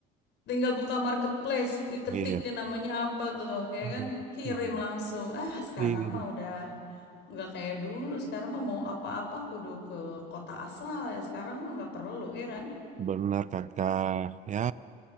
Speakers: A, on the left; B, on the right.
A: Tinggal buka marketplace, diketik
B: Iya.
A: di namanya apa tuh, ya
B: Hmm.
A: kan? Kirim
B: Iya.
A: langsung. Ah, sekarang
B: Iya.
A: mah udah. Nggak kayak dulu, sekarang mah mau apa-apa kudu ke kota asal ya. Sekarang mah nggak perlu, ya kan?
B: Benar kakak. Ya,